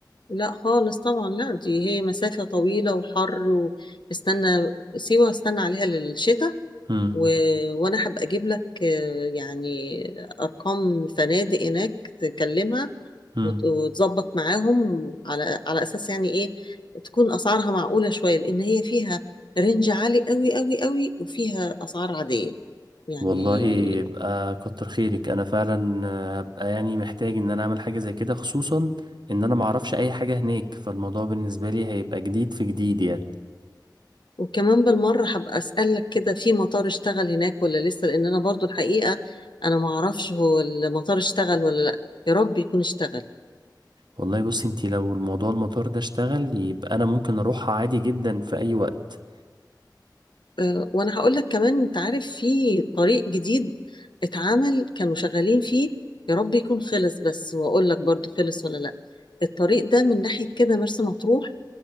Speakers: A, on the left; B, on the right.
A: لا خالص طبعا لا دي هي مسافة طويلة وحر واستنى سيوة استنى عليها للشتاء
B: هم
A: و... وأنا هبقى أجيب لك آه، يعني أرقام فنادق هناك تكلمها
B: هم
A: وت- وتظبط معاهم على على أساس يعني إيه تكون أسعارها معقولة شوية لأن هي فيها رينج عالي قوي قوي قوي وفيها أسعار عادية يعني
B: والله يبقى كتر خيرك انا فعلا آه، هبقى يعني محتاج ان انا اعمل حاجة زي كده خصوصا ان انا معرفش اي حاجة هناك فالموضوع بالنسبة لي هيبقى جديد في جديد يعني
A: وكمان بالمرة هبقى أسألك كده في مطار اشتغل هناك ولا لسه لأن أنا برضو الحقيقة أنا معرفش هو المطار اشتغل ولا لأ يا رب يكون اشتغل
B: والله بصي انتي لو الموضوع المطار ده اشتغل يبقى انا ممكن اروحها عادي جدا في اي وقت
A: أه وأنا هقول لك كمان أنت عارف في طريق جديد اتعمل كانوا شغالين فيه يا رب يكون خلص بس وأقول لك برضو خلص ولا لأ الطريق ده من ناحية كده مرسى مطروح